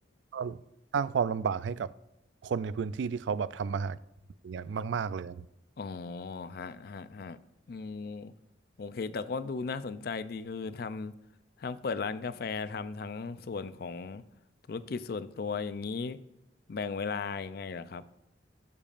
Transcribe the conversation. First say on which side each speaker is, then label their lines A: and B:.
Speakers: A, on the right; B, on the left.
A: ก็สร้างความลำบากให้กับคนในพื้นที่ที่เขาแบบทำมาหากินอย่างเงี้ยมากๆเลย
B: อ๋อฮะฮะฮะอืมโอเคแต่ก็ดูน่าสนใจดีคือทำทั้งเปิดร้านกาแฟทำทั้งส่วนของธุรกิจส่วนตัวอย่างนี้แบ่งเวลายังไงล่ะครับ